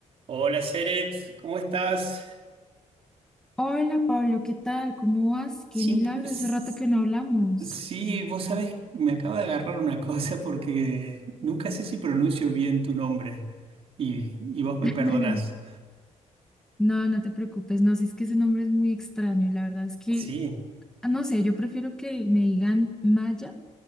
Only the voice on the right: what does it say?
Hola, Seret, ¿cómo estás?
Siempre,
pues,
sí, vos sabés, me acaba de agarrar una cosa porque nunca sé si pronuncio bien tu nombre y, y vos me
perdonás.
Sí,